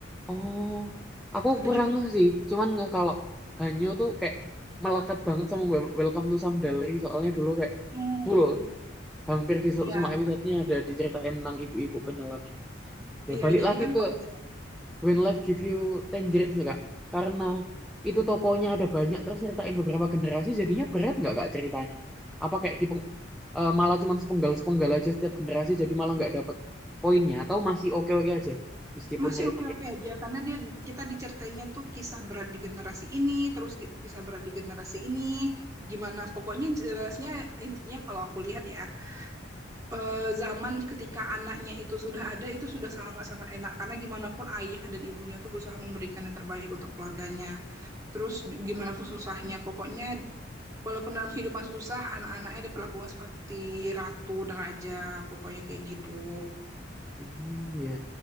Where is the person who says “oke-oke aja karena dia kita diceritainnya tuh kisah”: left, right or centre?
Right